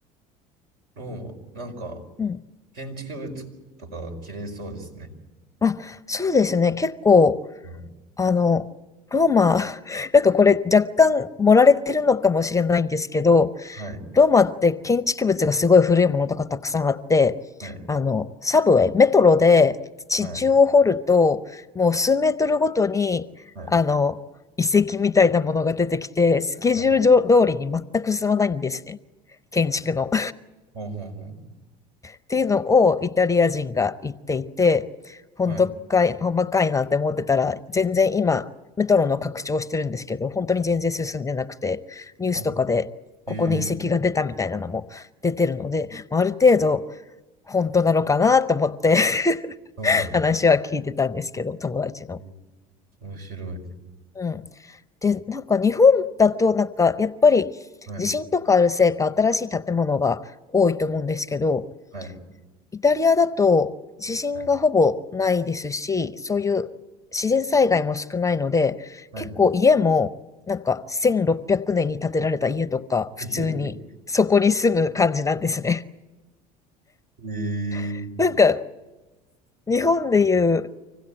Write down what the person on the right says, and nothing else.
ローマ。なんか、
建築物とかが綺麗そうですね。
うん
はい、
はい、
はい、
はい、
はい。
ほんほんほ
ん。はい。
あ、えー、
そうなんで
すね。面白い。
はい、はい、
はい。
はい
<laughs>
えへへへえ